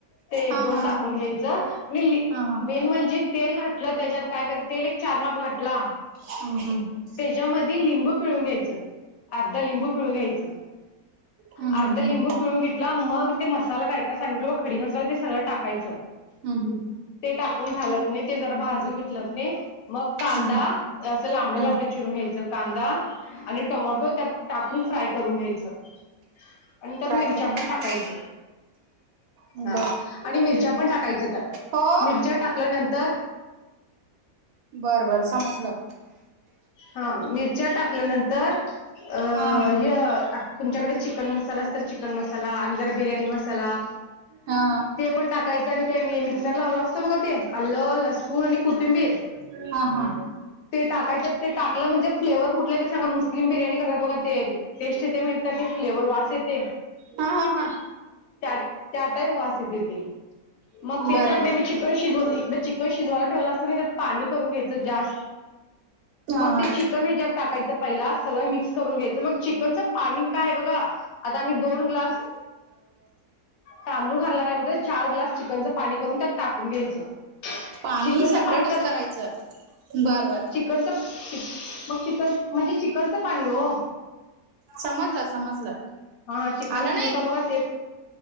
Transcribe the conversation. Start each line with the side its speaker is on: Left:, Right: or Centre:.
Left: ते एक
Right: हा
Left: दोन
Right: हा
Left: टाकून घ्यायचं आणि
Right: हा हा हा
Left: मेन म्हणजे तेल घटलं त्याच्यात काय कर तेल एक चार माप घटला
Right: ह हम
Left: त्याच्यामध्ये लिंबू पिळून घ्यायचं अर्धा लिंबू पिळून घ्यायचं
Right: हम्म
Left: अर्ध
Right: हम्म
Left: लिंबू पिळून घेतला मग ते मसाला काय का सांगितलो खडी मसाला ते सगळं टाकायचं
Right: हम्म
Left: ते टाकून झालं नाही ते जरा भाजून घेतलं नाही मग कांदा
Right: हम्म
Left: अस लांबड
Right: हम्म.
Left: लांबड, चिरून घ्यायचं कांदा आणि टमॅटो त्यात टाकून फ्राय करून घ्यायचं, आणि त्यात
Right: फ्राय
Left: मिरच्या
Right: करून घ्यायचं.
Left: पण टाकायच
Right: बर
Left: हा, आणि मिरच्या पण टाकायच
Right: हो
Left: मिरच्या टाकल्यानंतर,
Right: बरं बरं समजलं.
Left: हा मिरच्या टाकल्यानंतर अ
Right: हा
Left: तुमच्याकडे चिकन मसाला अस तर चिकन मसाला आणि जरा बिर्याणी मसाला,
Right: हा
Left: ते पण टाकायचं आणि ते मी मिक्सर लावलं असत बघ ते आलं लसूण आणि कोथिंबीर,
Right: हा हा
Left: ते टाकायच्या ते टाकलं म्हणजे फ्लेवर कुठला ज सांगा मुस्लिम बिर्याणी ात बघ ते टेस्ट ते ते फ्लेवर वास य ते,
Right: हा हा हा
Left: त्या त्या टाही वास येते मग ते
Right: बर
Left: झा नाही
Right: बर
Left: आम्ही चिकन शिज इकडें चिकन शिजवायला ठेवलं असतो नाही तर पाणी, घ्याय जास्
Right: हा
Left: म
Right: हा
Left: ते चिकन जत टाकाच. पहिला सगळं मिक्स करून घ्यायचं मग चिकनचं पाणी काय आहे बघा, आता आम्ही दोन ग्लास तांदूळ घालणार आहे म्ह, चार ग्लास चिकनचं पाणी करून त्यात टाकून घ्यायचं.
Right: पाणी
Left: चिकनचं
Right: सेपरेटच
Left: पाणी
Right: करायचं बर बर‌,
Left: चिकनच मग चन म्हणजे चिकनचं पाणी हो‌,
Right: समजलं समजलं
Left: हा हा चिकन
Right: आलं
Left: शिजवता
Right: नाही
Left: बघा ते,